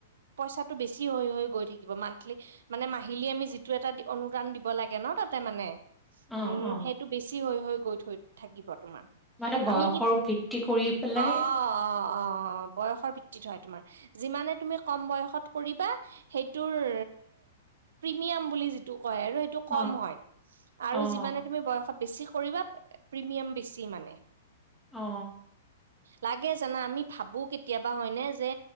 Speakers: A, on the right; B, in the centre.
A: পইচাটো বেছি হৈ হৈ গৈ থাকিব মাণ্ঠিলী। মানে মাহিলী আমি যিটো এটা অনুদান দিব লাগে ন তাতে মানে।
B: অ',
A: উম
B: অ',
A: সেইটো বেছি হৈ হৈ গৈ থৈ থাকিব তোমাৰ।
B: মানে বয়সৰ
A: আমি কিত
B: ভিত্তি কৰি পেলাই
A: অ অ অ বয়সৰ ভিত্তিত হয় তোমাৰ। যিমানে তুমি কম বয়সত কৰিবা সেইটোৰে প্ৰিমিয়াম বুলি যিটো কয় আৰু
B: অ',
A: কম হয় আৰু
B: অ',
A: যিমানে তুমি বয়সত বেছি কৰিবা প্ৰিমিয়াম বেছি মানে।
B: অ।
A: লাগে জানা আমি ভাবোঁ কেতিয়াবা হয়নে যে